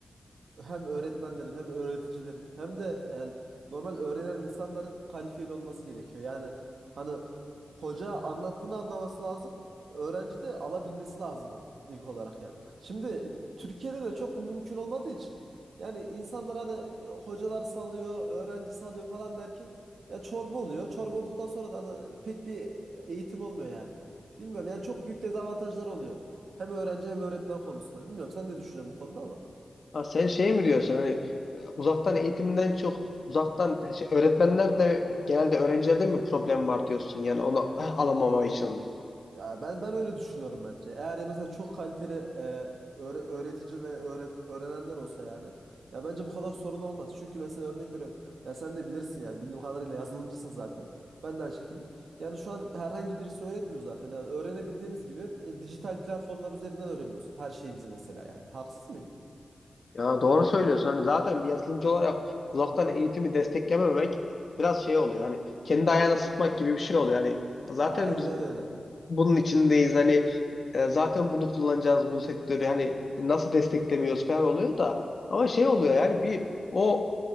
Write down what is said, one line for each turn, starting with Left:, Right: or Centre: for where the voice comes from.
Right: e, hem öğretmenlerin hem öğreticilerin hem de yani normal öğrenen insanların kalifeli olması gerekiyor. Yani hani hoca anlattığını anlaması lazım. Öğrenci de alabilmesi lazım onu ilk olarak yani. Şimdi Türkiye'de de çok bu mümkün olmadığı için yani insanlar hani e, hocalar salıyor, öğrenci salıyor falan derken ya çorba oluyor. Çorba olduktan sonra da hani pek bir eğitim olmuyor yani. Bilmiyorum yani çok büyük dezavantajlar oluyor. Hem öğrenci hem öğretmen konusunda. Bilmiyorum sen ne düşünüyorsun bu konuda ama.
Left: Ha, sen şey mi diyorsun hani e, uzaktan eğitimden çok uzaktan şey, öğretmenler de genelde öğrencilerde mi problem var diyorsun yani onu alamama için.
Right: Ya ben ben öyle düşünüyorum bence. Eğer mesela çok kaliteli e, öğre- öğretici ve öğre- öğrenenler olsa yani ya bence bu kadar sorun olmaz. Çünkü mesela örnek veriyorum. Ya sen de bilirsin yani bildiğim kadarıyla yazılımcısın zaten. Ben de aynı şekilde. Yani şu an herhangi birisi öğretmiyor zaten. Yani öğrenebildiğimiz gibi e, dijital platformlar üzerinden öğreniyoruz her şeyimizi mesela yani. Haksız mıyım?
Left: Ya doğru söylüyorsun. Hani zaten bir yazılımcı olarak uzaktan eğitimi desteklememek biraz şey oluyor. Hani kendi ayağına sıkmak gibi bir şey oluyor. Hani zaten
Right: Aynen
Left: biz bu-
Right: öyle.
Left: bunun içindeyiz. Hani e, zaten bunu kullanacağız bu sektörü. Hani nasıl desteklemiyoruz falan oluyor da ama şey oluyor yani bir o